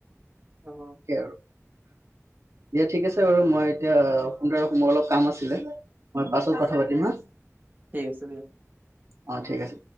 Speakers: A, on the right; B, on the right.
A: অহ
B: তাকে আৰু দিয়া ঠিক আছে বাৰু মই এতিয়া ফোনটো ৰাখোঁ মোৰ অলপ কাম আছিলে। মই পাছত কথা
A: অ
B: পাতিম হা।
A: ঠিক আছে দিয়া
B: অহ ঠিক আছে।